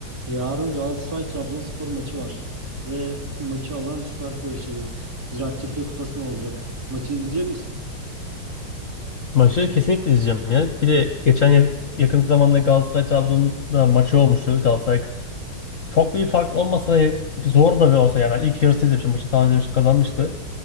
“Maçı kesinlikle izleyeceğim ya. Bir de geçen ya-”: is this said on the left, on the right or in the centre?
Left